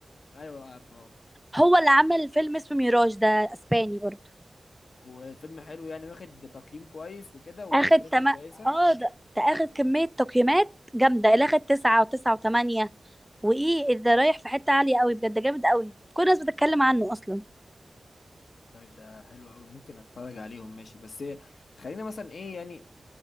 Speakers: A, on the left; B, in the centre.
A: ايوه عارفه اه
B: هو اللي عمل فيلم اسمه ميراج ده أسباني برضه
A: والفيلم حلو يعني واخد تقييم كويس وكده وفكرته
B: اخد تم...
A: كويسه
B: اه ده, ده اخد كمية تقييمات جامدة اللي اخد تسعة وتسعة وتمانية وايه ده رايح في حتة عالية قوي بجد جامد قوي كل الناس بتتكلم عنه اصلا
A: طيب ده حلو قوي ممكن اتفرج عليهم ماشي بس خلينا مثلا ايه يعني